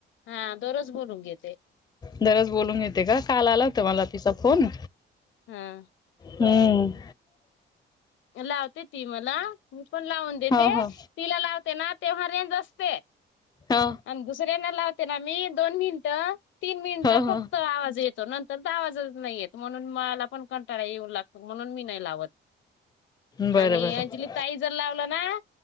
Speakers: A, on the left (about 70°); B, on the left (about 20°).
A: हा दरोज बोलून घेते
B: दरोज बोलून घेते का काल आलं होत मला तिचा फोन
A: हम्
B: हम्म
A: लावते ती मला मी पण लावून देते
B: ह ह
A: तिला लावते ना तेव्हा रेंज असते
B: ह
A: आणि दुसऱ्याना लावते ना मी दोन मिनिटं तीन मिनिटं
B: ह ह
A: फक्त आवाज येत नंतर तर आवाज नाही येत म्हणून मला पण कंटाळा येऊ लागतो म्हणून मी नाही लावत
B: बरं
A: आणि
B: बरं
A: अंजली ताई जर लावलं ना